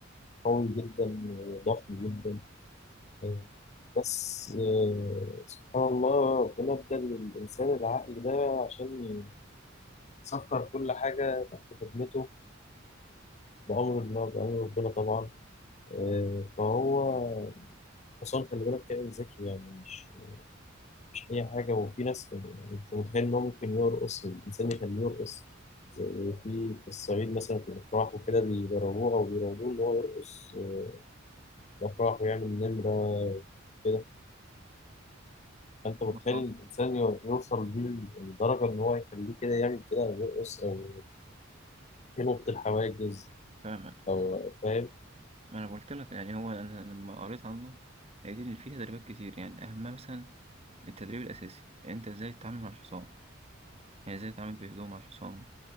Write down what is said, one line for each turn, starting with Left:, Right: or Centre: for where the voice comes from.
Left: قوي جدا وضخم جدا آه، بس آه، سبحان الله ربنا ادى للإنسان العقل ده عشان يسخر كل حاجة تحت خدمته بأمر الله بأمر ربنا طبعا آه، فهو حصان خلي بالك كائن ذكي يعني مش مش أي حاجة وفي ناس كده يعني أنت متخيل إن هو ممكن يرقص الإنسان يخليه يرقص زي في في الصعيد مثلا في الأفراح وكده بيدربوه أو بيراقبوه إن هو يرقص آه، في الأفراح ويعمل نمرة كده فأنت متخيل
Right: اه
Left: الإنسان يو- يوصل بيه لدرجة إن هو يخليه كده يعمل كده أو يرقص أو ينط الحواجز
Right: فاهمك
Left: أو فاهم
Right: انا قلت لك يعني هو انا لما قريت عنه لقيت ان في تدريبات كتير يعني اهمها مثلا التدريب الاساسي يعني انت ازاي تتعامل مع الحصان يعني ازاي تتعامل بهدوء مع الحصان